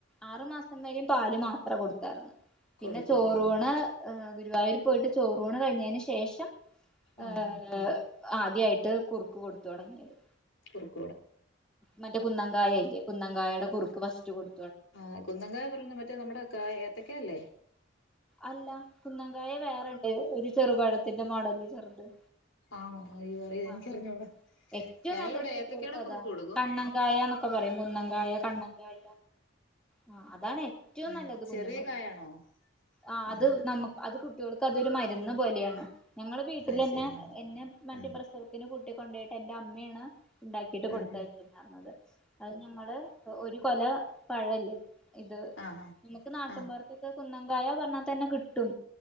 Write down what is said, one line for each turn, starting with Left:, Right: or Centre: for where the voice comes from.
Centre: ആറു മാസം വരെയും പാല് മാത്രം കൊടുത്ത ത്തർന്ന്
Left: കൊടുക്കത്തുള്ളൂ
Centre: പിന്നെ ചോറൂണ് ഏഹ് ഗു ഗുരുവായൂര് പോയിട്ട് ചോറൂണ് കഴിഞ്ഞെന് ശേഷം
Left: ആ
Centre: ആഹ്
Left: ഹാ
Centre: ആഹ് ആദ്യായിട്ട് കുറുക്ക് കൊടു തൊടങ്ങിയത്
Left: കുറു
Centre: മറ്റേ കുന്നംങ്കായല്ലേ കുന്നങ്കായയുടെ- കുറുക്ക് ഫസ്റ്റ് കൊടു
Left: ആഹ് കുന്നകായ പറയുന്നേ മറ്റേ നമ്മുടെ ഏത്തക്കല്ലേ
Centre: അല്ല കുന്നങ്കായ വേറെ ഇണ്ട് ഒരു ചെറുപഴത്തിന്റെ മോഡല് <unintelligible>
Left: ആണോ അയ്യോ അറിയ
Centre: ആ
Left: എനിക്കറിഞ്ഞൂടാ
Centre: ഏറ്റോം
Left: ഞങ്ങളിവിടെ
Centre: നല്ലത് കുട്ട്യോൾക്ക്
Left: ഏത്തക്കയുടെ കുറുക്ക്
Centre: അതാ
Left: കൊടുക്കും
Centre: കണ്ണങ്കായ എന്നൊക്കെ പറയും കുന്നങ്കായ, കണ്ണങ്കായ ആ അതാണ് ഏറ്റോം
Left: ആ
Centre: നല്ലത്
Left: ചെറിയ
Centre: കുഞ്ഞുങ്ങൾ
Left: കായാണോ
Centre: ആഹ്
Left: ആ
Centre: അത് നമ്മ അത് കു ട്ട്യോൾക്ക് അതൊരു മരുന്ന് പോലെയാണ് ഞങ്ങള് വീട്ടിലന്നെ
Left: അത് ശരിയാ
Centre: എന്നെ മറ്റ്
Left: ഉം
Centre: പ്രശ്ന ഇങ്ങനെ കുട്ടിയെ കൊണ്ടോയിട്ട് എന്റെ അമ്മയാണ്- ഉണ്ടാക്കിട്ട്
Left: ഉം
Centre: കൊടുത്തയച്ചുന്ന്
Left: ഉം
Centre: പറഞ്ഞത് അത് ഞങ്ങള് ഒരു കൊല -- പഴം ഇല്ലേ ഇത്
Left: ആ ആ
Centre: ഇമക്ക് നാട്ടിൻ
Left: ആ
Centre: പൊറത്തൊക്കെ - കുന്നംങ്കായ പറഞ്ഞാതന്നെ കിട്ടും